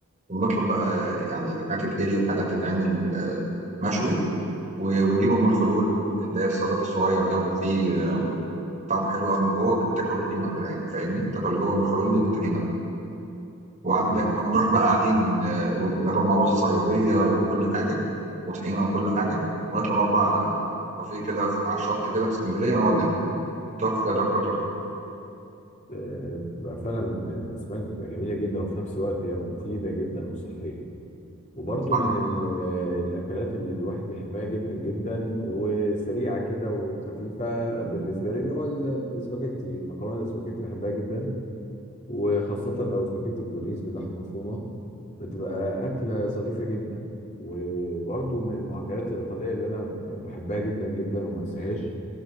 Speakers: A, on the right (about 35°); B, on the left (about 35°).
A: ونطلب بقى يعني حاجات تتقلي وحاجات تتعمل آه، مشوي و- ونجيب ام الخلول اللي هي الصدف الصغير ده وفيه آه، طعمه حلو قوي من جوه بتاكله بالطحينه كده يعني فاهمني تاكل اللي جوه ام الخلول دي بالطحينه كده وعندك
B: بيبقى
A: ونروح بقى قاعدين آه، وناكل مع رز صياديه وكل حاجه وطحينه وكل حاجه ونطلع نقعد بقى على كافيه كده فوق- على الشط كده في اسكندريه ونقعد ناكل تحفه تحفه تحفه
B: آه، بتبقى فعلا الأسماك بتبقى جميلة جدا وفي نفس الوقت هي مفيدة جدا وصحية وبرضه
A: صح
B: من ال- آه، الأكلات اللي الواحد بيحبها جدا جدا وسريعة كده وخفيفة بالنسبة لي اللي هو الاسباجيتي مكرونة الاسباجيتي بحبها جدا وخاصة لو سباكيتي بولونيز باللحمة المفرومة بتبقى أكلة ظريفة جدا وبرضو من المعجنات الإيطالية اللي أنا ب- بحبها جدا جدا وما انساهاش